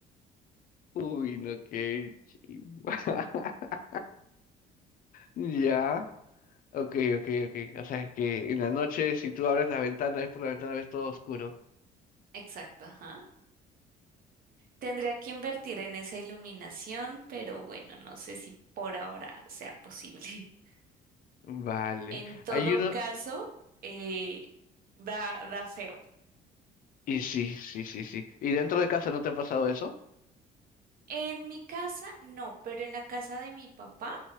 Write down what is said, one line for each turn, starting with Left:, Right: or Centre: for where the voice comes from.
Left: Uy, no, qué... chimba. <laughs> Ya. Ok, ok, ok. O sea que en la noche, si tú abres la ventana, ves por la ventana, ves todo oscuro.
Right: exacto, ajá. Tendría que invertir en esa iluminación, pero bueno, no sé si por ahora sea posible. <laughs>
Left: Vale.
Right: En todo
Left: Hay uno.
Right: caso, eh, da, da feo.
Left: Y sí, sí, sí, sí. ¿Y dentro de casa no te ha pasado eso?
Right: En mi casa, no, pero en la casa de mi papá,